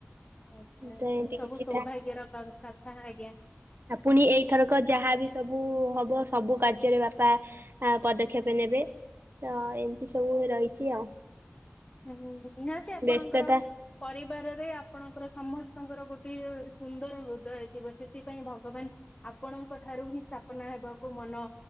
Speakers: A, on the left (about 25°); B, on the right (about 55°).
A: ଆଜ୍ଞା
B: ତ ଏମିତି
A: ସବୁ
B: କିଛି
A: ସୌଭାଗ୍ୟର କଥା ଆଜ୍ଞା।
B: ଆ ପୁଣି ଏଇଥରକ ଯାହାବ ସବୁ ହବ ସବୁ କାର୍ଯ୍ୟରେ ବାପା ପଦକ୍ଷେପ ନେବେ ତ ଏମିତି ସବୁ ରହିଛି। ରହିଛି।
A: ହୁଁ ନିହାତି ଆପଣଙ୍କର
B: ବ୍ୟସ୍ତତା
A: ପରିବାରରେ ଆପଣଙ୍କର ସମସ୍ତ ଙ୍କର ଗୋଟେ ସୁନ୍ଦର ହୃଦୟ ଥିବ ସେଥିପାଇଁ ଭଗବାନ ଆପଣଙ୍କ ଠାରୁ ହିଁ ସ୍ପନା ହେବାକୁ ମନ